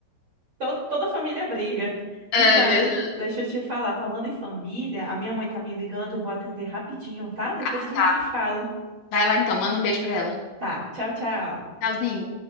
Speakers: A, on the right (about 25°); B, on the left (about 70°).
A: todo, toda família briga.
B: É
A: Então,
B: verdade.
A: de- deixa eu te falar, falando em família, a minha mãe tá me ligando, eu vou atender rapidinho, tá? Depois
B: Ah,
A: a gente
B: tá.
A: se fala.
B: Vai lá então, manda um beijo pra ela.
A: Tá, tchau, tchau.
B: Tchauzinho.